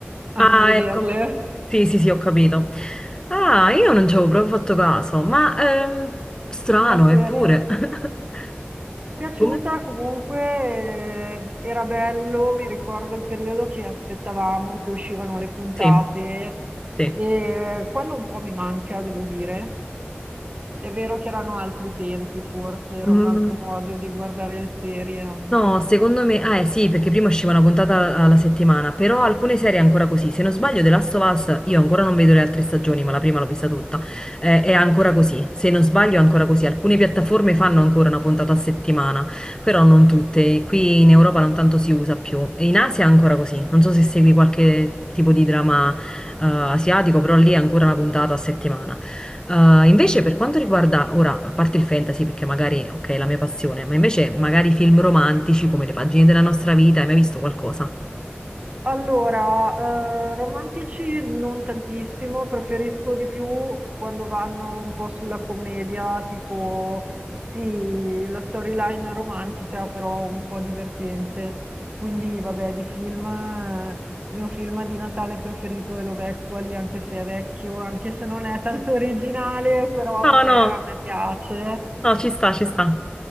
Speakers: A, on the right; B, on the left.
A: a
B: Ah,
A: non vederle,
B: ecco. Sì, sì, sì, ho capito. Ah, io non ci avevo proprio fatto caso, ma ehm, strano,
A: <laughs> la serie.
B: eppure. <laughs>
A: Mi è Piaciuta
B: Come?
A: comunque, eh, era bello, mi ricordo il periodo che aspettavamo che uscivano le puntate
B: Sì, sì.
A: e quello un po' mi manca, devo dire. È vero che erano altri tempi, forse era
B: Mm.
A: un altro modo di guardare le serie anche.
B: No, secondo me, ah eh, sì, perché prima usciva una puntata alla settimana, però alcune serie è ancora così. Se non sbaglio, The Last of Us, io ancora non vedo le altre stagioni, ma la prima l'ho vista tutta, eh, è ancora così. Se non sbaglio, è ancora così. Alcune piattaforme fanno ancora una puntata a settimana, però non tutte. Qui in Europa non tanto si usa più. E in Asia è ancora così. Non so se segui qualche tipo di drama, eh, asiatico, però lì è ancora una puntata a settimana. Uh, invece per quanto riguarda, ora, a parte il fantasy, perché magari, ok, è la mia passione, ma invece magari film romantici come Le pagine della nostra vita, hai mai visto qualcosa?
A: Allora, eh, romantici non tantissimo, preferisco di più quando vanno un po' sulla commedia, tipo, sì, la storyline romantica, però un po' divertente. Quindi, vabbè, di film, eh, il mio film di Natale preferito è L'Ovectuali, anche se è vecchio, anche se non è tanto originale, però
B: No,
A: vabbè,
B: no,
A: a me piace.
B: no, ci sta, ci sta.